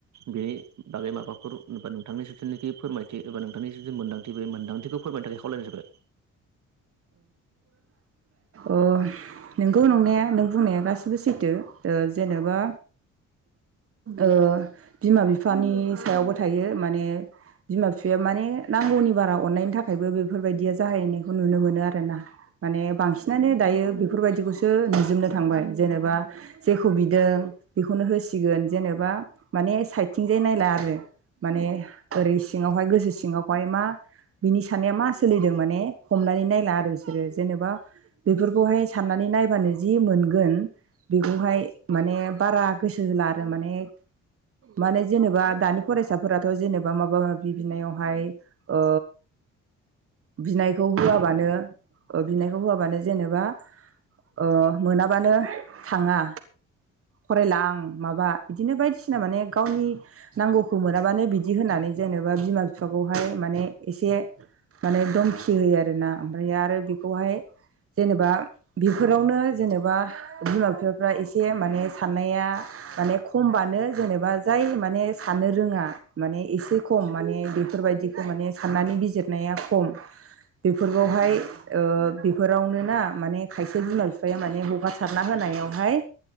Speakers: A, on the right (about 65°); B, on the right (about 50°).
A: बेनि बागै माबाफोरबा नोंथांनि जिथुनोखि फोरमायथि एबा नोंथांनि जि मोनदांथि बे मोनदांथिखौ फोरमायनो थाखाय खावलायनो जाबाय
B: ओ नों गौ नङा नों बुंनाया गासिबो सैथो जेनेबा ओ बिमा बिफानि सायावबो थायो माने बिमा बिफाया माने नांगौनि बारा अननायनि थाखायबो बेफोरबायदिया जाहैनायखौ नुनो मोनो आरोना माने बांसिनानो दायो बेफोरबायदिखौसो नुजोबनो थांबाय जेनेबा जेखौ बिदों बेखौनो होसिगोन जेनेबा माने साइदथिंजाय नायला आरो माने ओरै सिङावहाय गोसो सिङावहाय मा बिनि साननाया मा सोलिदों माने हमनानै नायला आरो बिसोरो जेनेबा बेफोरखौहाय साननानै नायबानो जि मोनगोन बेखौहाय माने बारा गोसो होला आरो माने माने जेनेबा दानि फरायसाफोराथ' जेनेबा माबा माबि बिनायावहाय ओ बिनाय खौ होआबानो बिनायखौ होआबानो जेनेबा अ मोनाबानो थाङा फरायला आं माबा बिदिनो बायदिसिना माने गावनि नांगौखौ मोनाबानो बिदि होननानै जेनेबा बिमा बिफाखौहाय माने एसे माने दमखि होयो आरोना ओमफ्राय आरो बेखौहाय जेनेबा बेफोरावनो जेनेबा बिमा बिफाफ्रा एसे माने साननाया माने खमबानो जेनेबा जाय माने साननो रोङा। माने एसे खम माने बेफोरबायदिखौ माने साननानै बिजिरनाया खम बेफोरखौहाय ओ बेफोरावनो ना माने खायसे बिमा बिफाया माने हगार सारना होनायावहाय